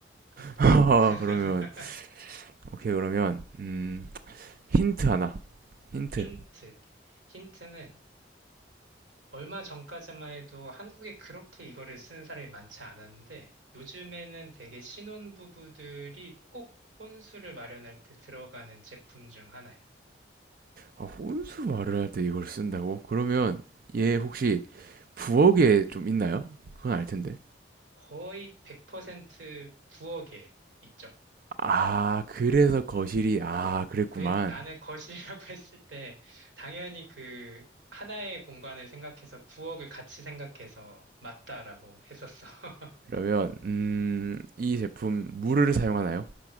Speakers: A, on the right (about 80°); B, on the right (about 50°).
A: 합니다.
B: 아,
A: <laughs>
B: 그러면, 오케이, 그러면, 음, 힌트 하나, 힌트.
A: 힌트. 힌트는 얼마 전까지만 해도 한국에 그렇게 이거를 쓰는 사람이 많지 않았는데, 요즘에는 되게 신혼부부들이 꼭 혼수를 마련할 때 들어가는 제품 중 하나예요.
B: 아, 혼수 말을 할 때 이걸 쓴다고? 그러면 얘 혹시 부엌에 좀 있나요? 그건 알 텐데.
A: 거의 100% 부엌에 있죠.
B: 아, 그래서 거실이, 아, 그랬구만.
A: 그 나는 거실이라고 <laughs> 했을 때 당연히 그 하나의 공간을 생각해서 부엌을 같이 생각해서 맞다라고 했었어. <laughs>
B: 그러면, 음, 이 제품, 물을 사용하나요?